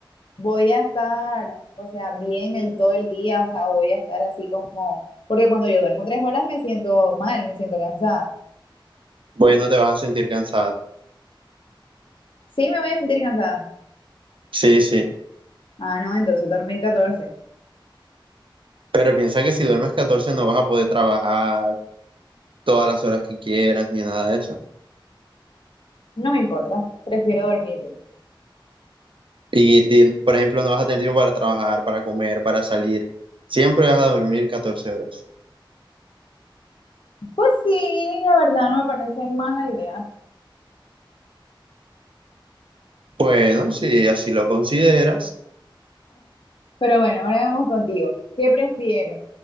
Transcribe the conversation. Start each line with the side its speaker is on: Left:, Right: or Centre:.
Left: voy a estar, o sea, bien el todo el día, o sea, voy a estar así como, porque cuando yo duermo tres horas me siento mal, me siento cansada.
Right: Bueno, te vas a sentir cansada.
Left: Sí, me voy a sentir cansada.
Right: Sí, sí.
Left: Ah, no, entonces dormir catorce.
Right: Pero piensa que si duermes 14 no vas a poder trabajar todas las horas que quieras ni nada de eso.
Left: No me importa, prefiero dormir.
Right: Y, y, por ejemplo, no vas a tener tiempo para trabajar, para comer, para salir. Siempre vas a dormir catorce horas.
Left: Pues sí, la verdad no me parece mala idea.
Right: Bueno, si así lo consideras,
Left: Pero bueno, ahora vamos contigo. ¿Qué prefieres?